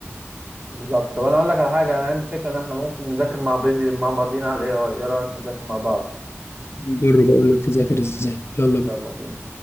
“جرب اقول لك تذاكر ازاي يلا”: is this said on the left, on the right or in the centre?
Left